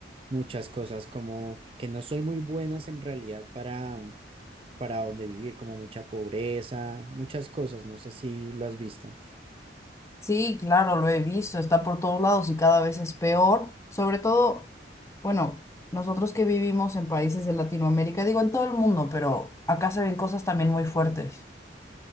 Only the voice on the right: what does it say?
muchas cosas como que no son muy buenas en realidad para, para donde vivir, como mucha pobreza, muchas cosas, no sé si lo has visto.